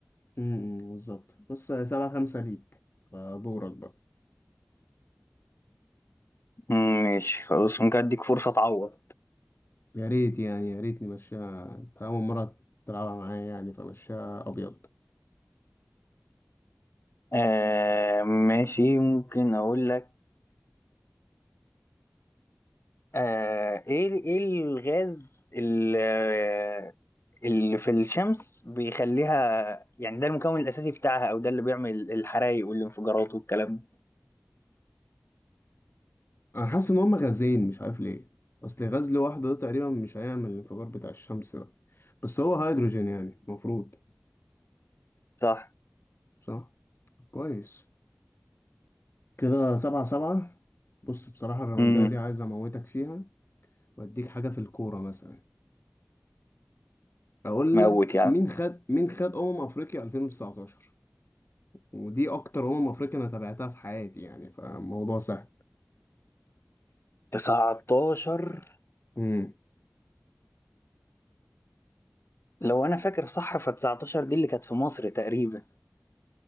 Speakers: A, on the left; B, on the left.
A: امم بالظبط بص سبعة خمسة ليك فدورك بقى
B: ماشي خلاص ممكن أديك فرصة تعوض
A: يا ريت يعني يا ريت نمشيها انت اول مره تلعبها معايا يعني فمشيها ابيض
B: آه ماشي ممكن أقول لك آه إيه إيه الغاز ال- آه، اللي في الشمس بيخليها يعني ده المكون الأساسي بتاعها أو ده اللي بيعمل الحرايق والانفجارات والكلام ده
A: انا حاسس ان هما غازين مش عارف ليه اصل غاز لوحده ده تقريبا مش هيعمل الانفجار بتاع الشمس ده بس هو هيدروجين يعني المفروض
B: صح
A: صح طب كويس كده سبعة سبعة بص بصراحة الراوندة
B: امم
A: دي عايز أموتك فيها وأديك حاجة في الكورة مثلا أقول
B: موت
A: لك
B: يا عم
A: مين خد مين خد أمم أفريقيا 2019 ودي أكتر أمم أفريقيا أنا تابعتها في حياتي يعني فالموضوع سهل
B: 19
A: امم
B: لو أنا فاكر صح ف 19 دي اللي كانت في مصر تقريبا